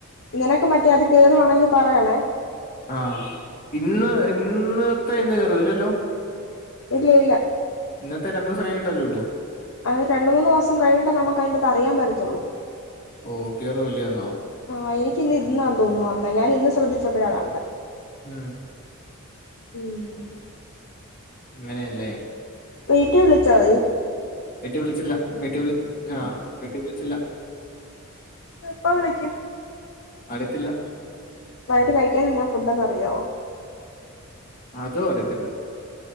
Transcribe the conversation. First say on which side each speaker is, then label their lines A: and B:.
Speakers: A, on the left; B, on the left.
A: നിനക്ക് മറ്റേ അത് കേറുവാണെങ്കിൽ പറയണേ
B: ആഹ് ഇന്ന്
A: ഉം
B: ഇന്ന് ഇപ്പോ എന്ന് കേറുവോ ഇല്ലാല്ലോ
A: ഇല്ല ഇല്ല
B: ഇന്നത്തെ രണ്ട് ദിവസം കഴിഞ്ഞിട്ടല്ലേ ഉള്ളൂ
A: ആഹ് രണ്ട് മൂന്ന് ദിവസം കഴിഞ്ഞിട്ടേ നമുക്ക് അതിന്റെത് അറിയാൻ പറ്റത്തുള്ളൂ
B: ഓ കേറുവല്ലേന്നോ
A: ആഹ് എനി എനിക്ക് ഇന്നാന്ന് തോന്നുന്നു വന്നേ ഞാൻ ഇന്ന് ശ്രദ്ധിച്ചപ്പോഴാ കണ്ടെ
B: ഉം
A: ഉം
B: അങ്ങനെയല്ലേ
A: വീട്ടിൽ വിളിച്ചോ നീ
B: വീട്ടില് വിളിച്ചില്ല വീട്ടി വിളി ആഹ് വീട്ടി വിളിച്ചില്ല
A: എപ്പ വിളിക്കും
B: അറിയത്തില്ല
A: വൈകിട്ട് കഴിക്കാൻ എന്താ ഫുഡന്ന് അറിയാവോ
B: അതും അറിയത്തില്ല.